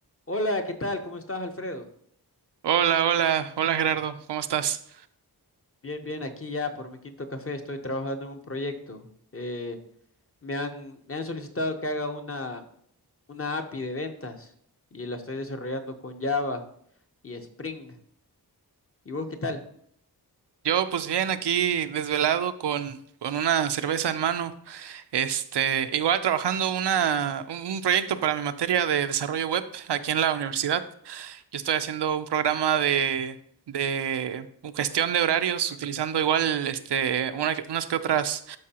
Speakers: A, on the left; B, on the right.
A: Hola, ¿qué tal? ¿Cómo estás, Alfredo?
B: Hola, hola, hola Gerardo, ¿cómo estás?
A: Bien, bien, aquí ya por mi quinto café estoy trabajando en un proyecto. Eh, me han, me han solicitado que haga una, una API de ventas y la estoy desarrollando con Java y Spring. ¿Y vos qué tal?
B: Yo pues bien aquí desvelado con, con una cerveza en mano, este, igual trabajando una, un, un proyecto para mi materia de desarrollo web aquí en la universidad. Yo estoy haciendo un programa de, de gestión de horarios utilizando igual este, una que- unas que otras,